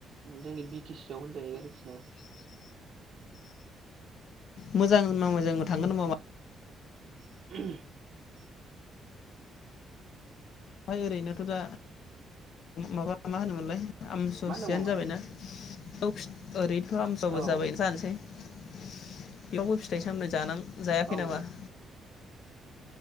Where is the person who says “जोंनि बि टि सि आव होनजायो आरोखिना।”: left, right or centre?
Right